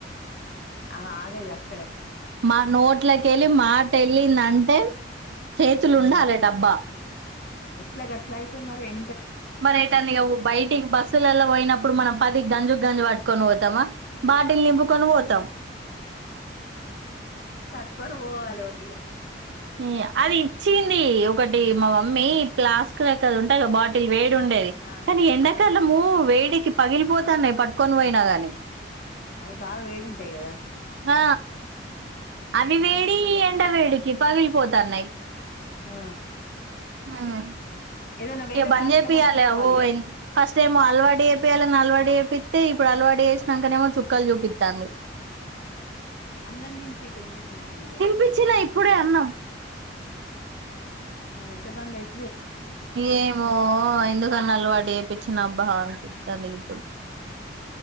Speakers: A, on the left; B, on the right.
A: ఆమ ఆగజస్
B: మా నోట్లక వెళ్ళి మాట వెళ్ళింది అంటే మెన్ చేతులు
A: ఉమ్
B: ఉండాలి డబ్బా
A: ఎట్లా గట్లాయితే మరి ఎ
B: మరి అయితాంది ఇగ బయటికి బస్సులలో పోయినప్పుడు మనం పది గంజు గంజు ప కోని పోతామా బాటిల్ నింపుకొని పోతాం
A: తట్టుకొని పోవాలి ఒకటిగా
B: మ్ అది ఇచ్చింది ఒకటి మా మమ్మీ ప్లాస్క్ లెక్క అది ఉంటాయి కదా బాటిల్ వేడి ఉండేది
A: ఆ
B: కానీ ఎండాకాలము
A: ఆ
B: వేడి పగిలిపోతాన్నాయి పట్టుకొని పోయినా కాని
A: అవి బాగా వేడుంటాయి కదా
B: ఆ అవి
A: ఆ
B: వేడి
A: వేడయితే
B: ఎండ వేడికి పగిలి పోతాన్నాయి
A: ఆ
B: మ్
A: ఏదైనా వేరే
B: ఇక బంద్
A: బాటిల్లో
B: చేపియాలి
A: పోసుకోపోవాలి
B: ఓ
A: ఇక
B: ఫస్ట్ టైమ్ అలవాటు చేపియాలి ఇంగ అలవాడి చేపిస్తే ఇప్పుడు అలవాటు చేసినాకనేమో చుక్కలు చూపిత్తాంది
A: అన్నం తింపి కొంచెం కొంచం
B: తినిపించిన ఇప్పుడే అన్నం
A: ఎట్ల బంధైత
B: ఏమో ఎందుకని అలవాటు చేపచ్చినబ్బా
A: అది
B: అనిపిసది ఇప్పుడు